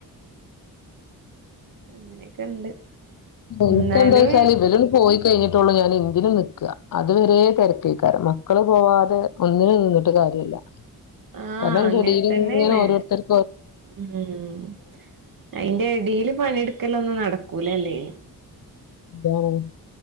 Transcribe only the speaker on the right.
അങ്ങനെയൊക്കെ ഉണ്ട്
എന്നാലും
ആഹ്
അങ്ങനെ
തന്നെയാണ്
ഉം അയിന്റെ എടേല് പണിയെടുക്കല ഒന്നും നട കൂലല്ലേ